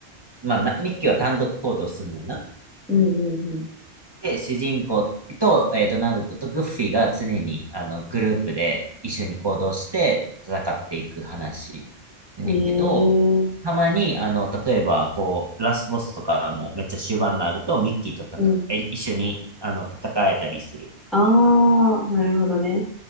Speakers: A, on the right; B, in the centre.
A: まあな、ミッキーは単独行動すんねんな。
B: うん
A: で、主人公と、えー、ドナルドとグッフィーが常に、あの、グループで一緒に行動して戦っていく話やねんけど、
B: うん。へえ、
A: たまに、あの、例えば、こう、ラスボスとかもめっちゃ終盤になると、ミッキーと戦え、
B: うん。
A: 一緒に、あの、戦えたりする。
B: ああ、なるほどね。